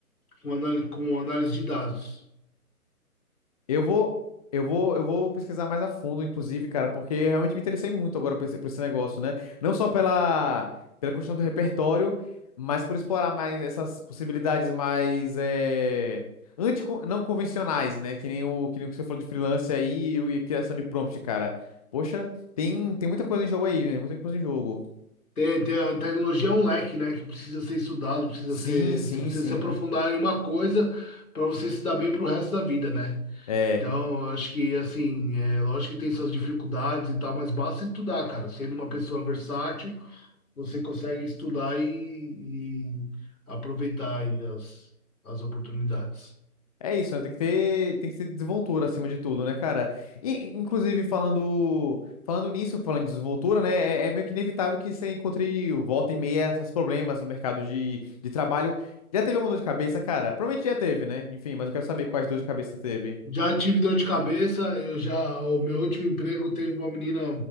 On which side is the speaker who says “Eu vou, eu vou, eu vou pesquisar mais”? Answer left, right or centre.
Left